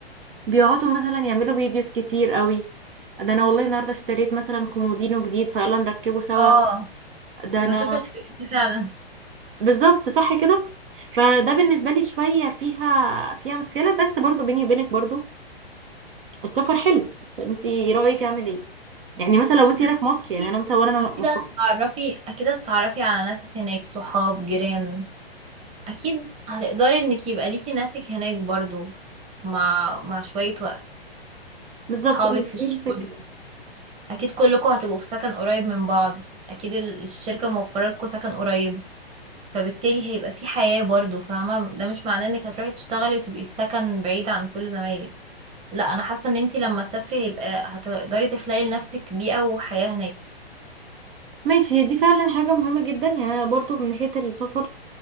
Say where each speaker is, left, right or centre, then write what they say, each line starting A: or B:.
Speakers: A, on the right (about 60°); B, on the right (about 20°).
A: بيقعدوا مثلا يعملوا فيديوز كتير قوي ده انا والله النهارده اشتريت مثلا كومودينو جديد فيلا نركبه سوا
B: اه
A: ده انا
B: بشوف الحاجات دي فعلا
A: بالظبط صح كده فده بالنسبه لي شويه فيها فيها مشكله بس برضو بيني وبينك برضو السفر حلو فانت رايك اعمل ايه يعني مثلا لو
B: <laughs>
A: انت هنا في مصر يعني
B: اكيد
A: انا مثلا وانا
B: أكيد
A: مستقر
B: هتتعرفي اكيد هتتعرفي على ناس هناك صحاب جيران اكيد هتقدري انك يبقى ليكي ناسك هناك برضو مع مع شوية وقت
A: بالظبط
B: صحابك
A: أنا
B: في الشغل
A: دي الفكره
B: اكيد كلكم هتبقوا في سكن قريب من بعض اكيد ال- الشركة موفرة لكم سكن قريب فبالتالي هيبقى في حياة برضو فاهمة ده مش معناه انك هتروحي تشتغلي وتبقي في سكن بعيد عن كل زمايلك لا انا حاسه ان انتي لما تسافري هيبقى هتقدري تخلقي لنفسك بيئه وحياه هناك
A: ماشي هي دي فعلا حاجه مهمه جدا يعني برضو من ناحيه السفر